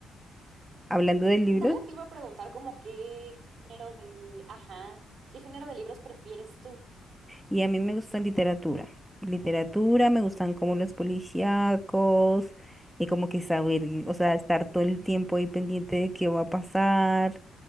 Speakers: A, in the centre; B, on the right.
A: Hablando de libros,
B: Nada, te iba a preguntar como qué género de, ajá, ¿qué género de libros prefieres tú?
A: y a mí me gusta literatura. Literatura, me gustan como los policíacos, y como que saber, o sea,
B: ¿Qué-
A: estar todo el tiempo ahí pendiente de qué va a pasar.